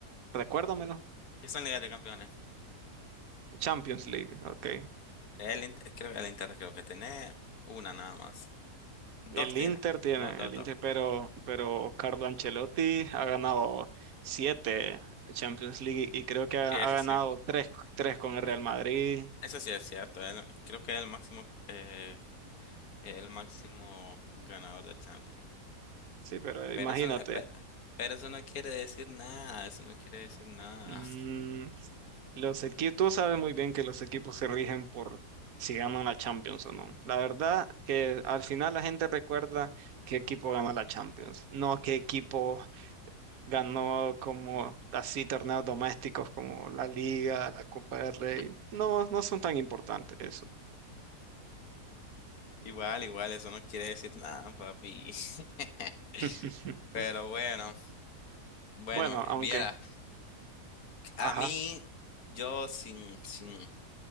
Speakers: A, on the right; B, on the left.
A: Recuérdamelo.
B: ¿Qué son Ligas de Campeones?
A: Champions League, ok.
B: El, Inter- creo, el Inter creo que tiene una nada más. Dos
A: El
B: tiene.
A: Inter tiene,
B: Dos, dos,
A: el
B: dos.
A: Inter, pero, pero Carlo Ancelotti ha ganado siete Champions League y creo que ha,
B: Sí,
A: ha
B: eso
A: ganado
B: sí.
A: tres, tres con el
B: Ya.
A: Real Madrid.
B: Eso sí es cierto. Él- creo que es el máximo, eh, el máximo ganador de Champions.
A: Sí, pero imagínate.
B: Pero eso, no- eh, pe- pero eso no quiere decir nada. Eso no quiere decir nada.
A: mm, los equipos, tú sabes muy bien que los equipos se rigen por si ganan la Champions o no. La verdad que al final la gente recuerda qué equipo gana la Champions, no qué equipo ganó como así torneos domésticos como la Liga, la Copa del Rey.
B: <laughs>
A: No, no son tan importantes eso.
B: Igual, igual, eso no quiere decir nada, papi. <laughs>
A: <laughs>
B: Pero bueno, bueno,
A: Bueno,
B: eh,
A: aunque,
B: viera, a
A: ajá.
B: mí, yo sin, sin,